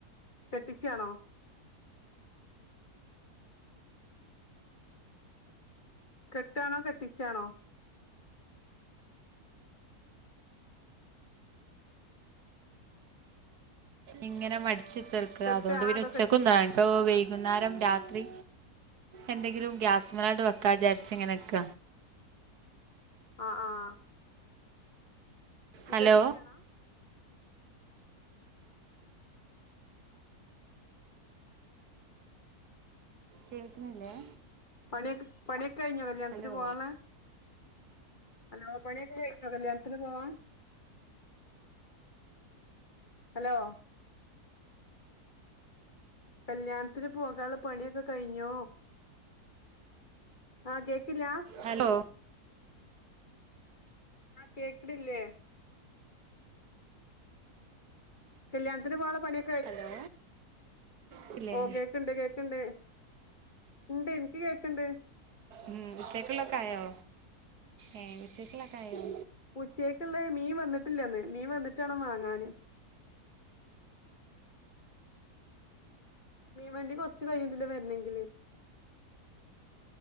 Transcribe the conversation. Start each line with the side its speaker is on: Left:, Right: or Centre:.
Left: കെട്ടിച്ചാണോ കെട്ടാണോ കെട്ടിച്ചാണോ
Right: ഇങ്ങനെ മടിച്ചുത്തർക്ക
Left: കെട്ട
Right: അതുകൊണ്ട്
Left: ആ
Right: പിന്നെ
Left: അതോ
Right: ഉച്ചക്കൊന്ന
Left: കെട്ടി
Right: അ പ്പോ വൈകുന്നേരം രാത്രി. എന്തെങ്കിലും ഗ്യാസ്മലാഡ് വെക്കാ വിചാര്ച്ങ്ങനെ നിക്ക.
Left: ആഹ് ആഹ്.
Right: ഹലോ
Left: കെട്ടിച്ചിണേണാ.
Right: കേൾക്കുന്നില്ലേ
Left: പണ്യൊക്ക പണ്യൊകഴിഞ്ഞ കല്യാണത്തിന്
Right: ഹലോ
Left: പോവാള്ളെ. ഹലോ പണ്യൊക്കെ കഴിഞ്ഞോ കല്യാണത്തിന് പോകാൻ. ഹലോ. കല്ല്യാൺത്തിന് പോകാള്ള പണിയൊക്കെ കഴിഞ്ഞോ. ആഹ് ക്കേക്ക്ല്ല.
Right: ഹലോ.
Left: ആഹ് കേക്ക്ണില്ലേ. കല്ല്യാൺത്തിന് പോകാല്ല പണിയൊ
Right: ഹലോ. ക് ല്ലേ.
Left: ഓ കേക്ക്ണ്ട് കേക്ക്ണ്ട് ഇണ്ട് എനിക്ക് കേക്ക്ണ്ട്
Right: ഉം ഉച്ചക്ക്ള്ളൊക്കായോ ഏഹ് ഉച്ചക്ക്ള്ളക്കായോ.
Left: ഉച്ചക്കക്ക്ള്ള മീൻ വന്നിട്ടില്ലന്ന് മീൻ വന്നിട്ടാണം വാങ്ങാന്. മീൻ വണ്ടി കൊർച്ച് കയും ഇതിലെ വര്നെങ്കില്.